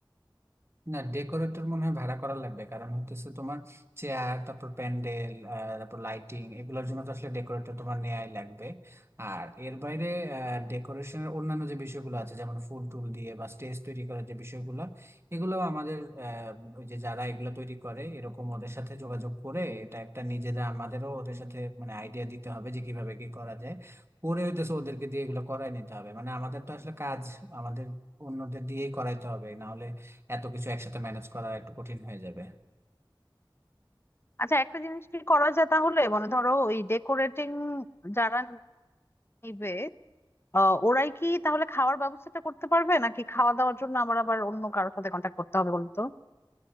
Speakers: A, on the right; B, on the left.
A: না ডেকোরেটর মনে হয় ভাড়া করা লাগবে কারণ হতেছে তোমার চেয়ার তারপর প্যান্ডেল তারপর লাইটিং এগুলোর জন্য তো আসলে ডেকোরেটর তোমার নেয়াই লাগবে আর এর বাইরে ডেকোরেশনের অন্যান্য যে বিষয়গুলো আছে যেমন ফুল টুল দিয়ে বা স্টেজ তৈরি করার যে বিষয়গুলো এগুলো আমাদের আহ, ওই যে যারা এগুলো তৈরি করে এরকম ওদের সাথে যোগাযোগ করে এটা একটা নিজেরা আমাদেরও ওদের সাথে মানে আইডিয়া দিতে হবে যে কিভাবে কি করা যায় পরে হইতেছে ওদেরকে দিয়ে এগুলো করাই নিতে হবে মানে আমাদের তো আসলে কাজ আমাদের অন্যদের দিয়েই করাইতে হবে না এত কিছু একসাথে ম্যানেজ করা একটু কঠিন হয়ে যাবে
B: আচ্ছা একটা জিনিস কি করা যায় তাহলে মানে ধরো ওই ডেকোরেটিং যারা নিবে আহ ওরাই কি তাহলে খাওয়ার ব্যবস্থাটা করতে পারবে নাকি খাওয়া দাওয়ার জন্য আমার আবার অন্য কারোর সাথে কন্ট্যাক্ট করতে হবে বলতো